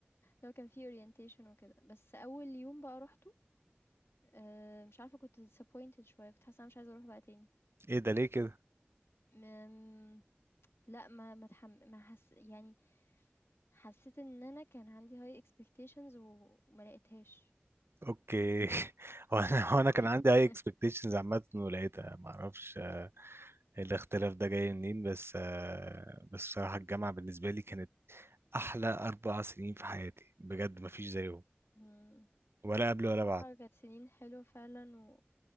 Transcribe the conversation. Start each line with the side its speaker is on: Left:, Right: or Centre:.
Left: لو كان في اورينتيشن وكده بس اول يوم بقى روحته آه، مش عارفه كنت disappointed شويه كنت حاسه انا مش عايزه اروح بقى تاني
Right: ايه ده ليه كده
Left: م- لا ما ما تحم... ما حس... يعني حسيت إن أنا كان عندي high expectations و وما لقيتهاش.
Right: اوكي <laughs> هو انا هو انا كان عندي
Left: <laughs>
Right: هاي اكسبكتيشنز عامه ولقيتها ما اعرفش الاختلاف ده جاي منين بس آه، بس صراحة الجامعة بالنسبة لي كانت أحلى أربع سنين في حياتي بجد مفيش زيهم
Left: إمم.
Right: ولا قبل ولا
Left: بصراحة
Right: بعد
Left: كانت سنين حلوة فعلًا و